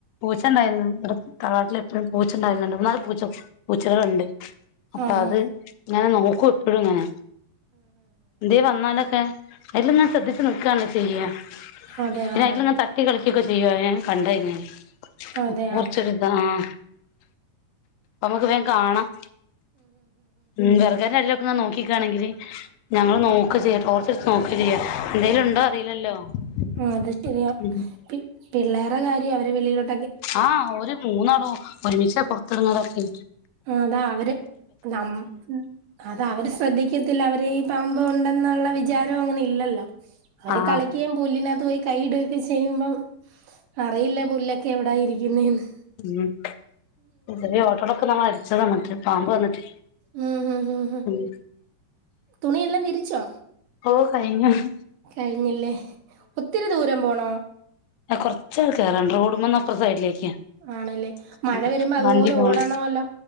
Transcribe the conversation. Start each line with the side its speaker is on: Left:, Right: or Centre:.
Left: പൂച്ചണ്ടായിരുന്നു വിടെ തറവാട്ടിലെപ്പൊഴും പൂച്ച ഉണ്ടായിരുന്നുണ്ട് മൂന്നാല് പൂച്ച പൂച്ചകളുണ്ട് അപ്പ
Right: ആ ഹാ
Left: അത് ങ്ങെനെ നോക്കൂപ്പൊഴുങ്ങെനെ ഇതേ വന്നാലൊക്കെ അല്ല ഞാൻ ശ്രദ്ധിച്ച് നിക്കാണ് ചെയ്യ <unintelligible>
Right: അതെ ആ
Left: തട്ടി കളിക് ക്കൊക്കെ ചെയ്യോ അയിനെ കണ്ടയ്ഞ്ഞാല് <unintelligible>
Right: അതെ ആ
Left: ഒമ്മുക്ക് വേം കാണാം ഉം വെറഗനല്ല ഒന്നണ്ട് നോക്കിക്കാണെങ്കില് ഞങ്ങള് നോക്ക ചെയ്യാ ടോർ <unintelligible> നോക്ക ചെയ്യ എന്തേലും ഉണ്ടോ അറിയില്ലല്ലോ മ്മ്ഹ്
Right: അത് ശരിയാ പി പിള്ളേരെ കാര്യം അവരെ വെളിയിലോട്
Left: ആ ഓര് മൂന്നാളും ഒരുമിച്ച പുറത്തിങ്ങൊതൊക്കെ
Right: ആ അതാ അവര് നമ് അതവര് ശ്രദ്ധിക്ക ത്തില്ല അവരീ പാമ്പ് ഒണ്ടെന്നുള്ള വിചാരോം അങ്ങനെ ഇല്ലല്ലോ അവര്
Left: ആഹ്
Right: കളിക്കയും പുല്ലിന തോയി കൈയിട്ട്തൊക്കെ ചെയ്യുമ്പം അറിയില്ല പുല്ലൊക്കെ എവിടായിരിക്കുന്നേന്ന്
Left: ഉം ഉടനെ ഓട്ടടക്കുന്നമാരി ച്ചതാ മറ്റെ പാമ്പ് വന്നിട്ട്
Right: ഉം ഹ് ഹ് ഹും
Left: ഉം
Right: തുണിയെല്ലാം വിരി ച്ചോ
Left: ഓ കഴിഞ്ഞു ഹ്
Right: കഴിഞ്ഞില്ലേഹ് ഒത്തിരി ദൂരം പോണോ
Left: ആ കൊറച്ചണ്ട് കയറാണ്ട് റോഡ് മന്നപ്പുറ സൈഡിലേക്ക്
Right: ആണല്ലേ
Left: ക്കാ
Right: മഴ
Left: മ്മ്
Right: വരുമ്പോ അതുപോലെ
Left: വണ്ടി പോം
Right: ഓടണമല്ലോ